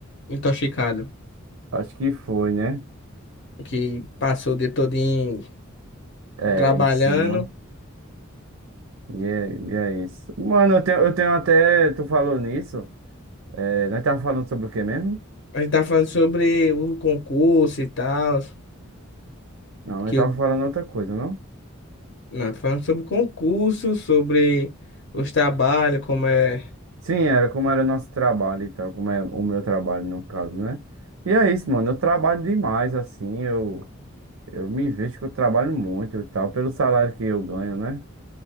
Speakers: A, on the left; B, on the right.
A: intoxicado.
B: Acho que foi, né?
A: Que passou o dia todinho
B: É,
A: trabalhando.
B: em cima. E é, e é isso. Mano, eu tenho, eu tenho até. Tu falou nisso. É, nós tava falando sobre o quê mesmo?
A: A gente tá falando sobre o concurso e tal.
B: Não, nós
A: Que
B: tava
A: eu...
B: falando outra coisa, não?
A: Não, tá falando sobre o concurso, sobre os trabalhos, como é.
B: Sim, era como era nosso trabalho e tal. Como é o meu trabalho, no caso, né? E é isso, mano. Eu trabalho demais, assim. Eu. Eu me vejo que eu trabalho muito e tal, pelo salário que eu ganho, né?